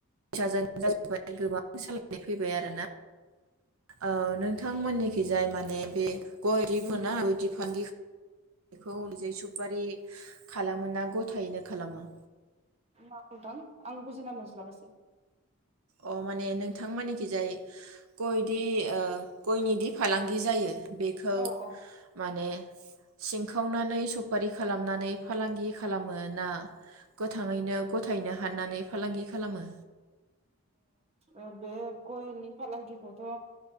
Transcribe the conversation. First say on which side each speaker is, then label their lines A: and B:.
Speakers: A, on the right (about 75°); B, on the right (about 30°).
A: फैसाजोन जाजोबबाय गोबां सालायनाय फैबाय आरोना। औ नोंथांमोननि खिजाय माने बे गयनि <unintelligible> बेखौ जै सुपारि खालामो ना गथायैनो खालामो?
B: मा बुंदां आं बुजिना मोनस्लाबासै?
A: अ माने नोंथां मानिखि जाय गयदि ओ गयनि दि फालांगि जायो। बेखौ
B: औ औ
A: माने सिंखावनानै सफारि खालामनानै फालांगि खालामो ना गोथाङैनो गथायैनो हाननानै फालांगि खालामो।
B: अ बे गयनि फालांगिखौथ ओ